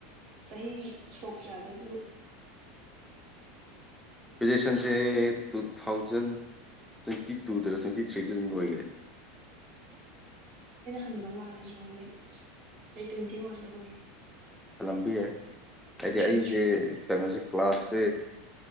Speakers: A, on the right; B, in the centre.
A: ꯆꯍꯤ ꯁꯣꯛ ꯀꯌꯥꯗ ꯂ
B: ꯔꯤꯖꯦꯁꯟꯁꯦ ꯇꯨ ꯊꯥꯎꯖꯟ ꯇ꯭ꯋꯦꯟꯇꯤ ꯇꯨꯗꯔ ꯇ꯭ꯋꯦꯟꯇꯤ ꯊ꯭ꯔꯤꯗ ꯑꯗꯨꯝ ꯂꯣꯏꯈꯔꯦ
A: ꯑꯩꯅ ꯍꯟꯕ ꯃꯥꯜꯂꯦ ꯅꯪꯉꯣꯟꯗꯒꯤ ꯑꯩ ꯇ꯭ꯋꯦꯟꯇꯤ ꯋꯥꯟꯗ ꯂꯣꯏ
B: ꯍꯜꯂꯝꯕ ꯌꯥꯏ ꯍꯥꯏꯗꯤ ꯑꯩꯁꯦ
A: ꯎꯝ
B: ꯀꯩꯅꯣꯁꯦ ꯀ꯭ꯂꯥꯁꯁꯦ